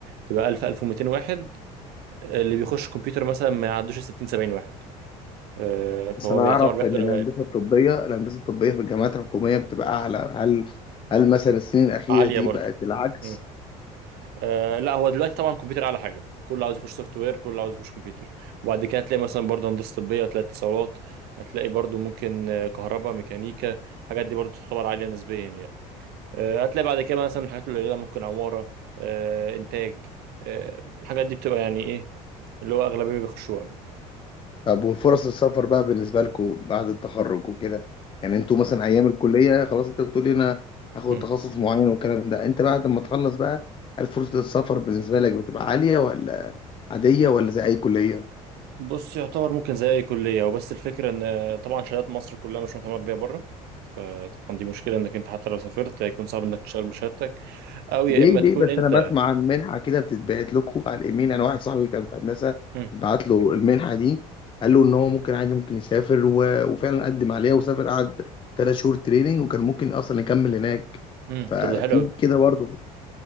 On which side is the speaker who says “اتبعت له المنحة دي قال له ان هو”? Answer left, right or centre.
Left